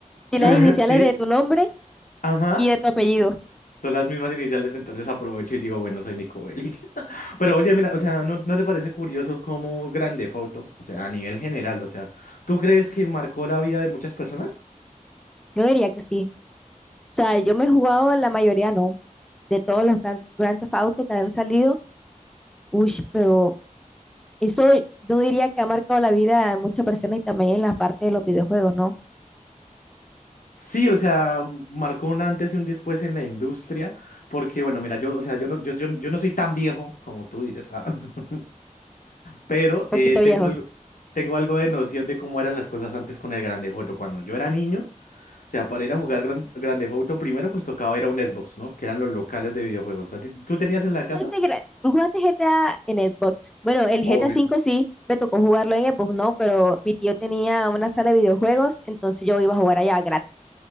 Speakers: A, in the centre; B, on the left.
A: Y
B: <laughs>
A: las iniciales
B: Sí,
A: de tu nombre
B: ajá.
A: y de tu apellido.
B: Son las mismas iniciales, entonces aprovecho y digo, bueno, soy Nico Bellic. <laughs> Pero oye, mira, o sea, ¿no, no te parece curioso cómo grande foto O sea, a nivel general, o sea, ¿tú crees que marcó la vida de muchas personas?
A: Yo diría que sí. O sea, yo me he jugado la mayoría, no. De todos los gran- Grand Theft Auto que han salido. Uy, pero eso yo diría que ha marcado la vida de muchas personas y también en la parte de los videojuegos, ¿no?
B: Sí, o sea, marcó un antes y un después en la industria, porque bueno, mira, yo, o sea, yo no, yo, yo, yo no soy tan viejo como tú dices, ah, <laughs> pero
A: Poquito
B: eh,
A: viejo.
B: tengo algo, tengo algo de noción de cómo eran las cosas antes con el grande foto Cuando yo era niño, O sea, para ir a jugar Gran, Grand Theft Auto primero, pues tocaba ir a un Xbox, ¿no? Que eran los locales de videojuegos. ¿A ti- ¿Tú tenías en la casa?
A: jugaste gra- ¿Tú jugaste GTA en Xbox? Bueno, el GTA
B: Obvio.
A: 5 sí, me tocó jugarlo en Xbox, no, pero mi tío tenía una sala de videojuegos, entonces yo iba a jugar allá gratis.